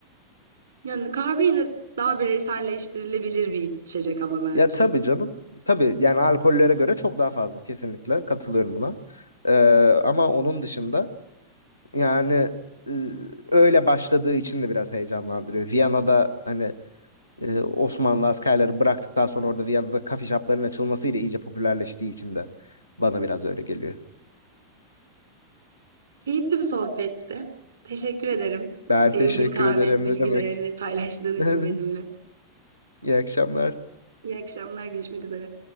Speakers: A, on the right (about 75°); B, on the left (about 80°).
A: Yani kahve yine daha bireyselleştirilebilir bir içecek ama bence.
B: Ya tabii canım. Tabii yani alkollere göre çok daha fazla kesinlikle katılıyorum buna. Ee, ama onun dışında yani e, öyle başladığı için de biraz heyecanlandırıyor. Viyana'da hani e, Osmanlı askerleri bıraktıktan sonra orada Viyana'da kafe shop'ların açılmasıyla iyice popülerleştiği için de bana biraz öyle geliyor.
A: Keyifli bir sohbetti. Teşekkür ederim.
B: Ben
A: Engin
B: teşekkür
A: kahve
B: ederim
A: bilgilerini
B: ne demek.
A: paylaştığın için
B: <laughs>
A: benimle.
B: İyi akşamlar.
A: İyi akşamlar, görüşmek üzere.